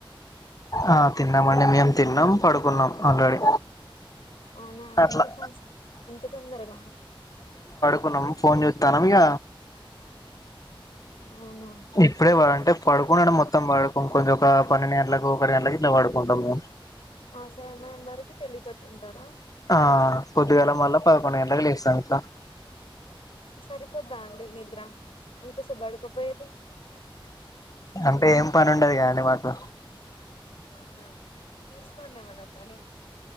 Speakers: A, on the left; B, on the left.
A: ఆ తిన్నామండి మేము తిన్నాం పడుకున్నాం ఆల్రెడీ.
B: అవునా
A: అట్లా
B: ఇంత ఫాస్ట్, ఇంత తొందరగా?
A: న్నాం ఫోన్ చూత్తానం ఇగ
B: అవునా
A: ఇప్పుడే పడు అంటే పడుకునడం మొత్తం పడుకు కొంచెం ఒక పన్నెండు గంటలకు ఒకటి గంటలకి ఇట్ల పడుకుంటము
B: ఆ సమయం వరకు తెలివితోటి ఉంటారా?
A: ఆ పొద్దిగాల మల్ల పదకొండు గంటలు లేస్తాం ఇట్లా
B: సరిపోద్దా అండి నిద్ర ఇంక స్ బడకపోయే
A: అంటే ఏం పని ఉండదు కదండి మాకు
B: అవునా చూసుకోండి మన పని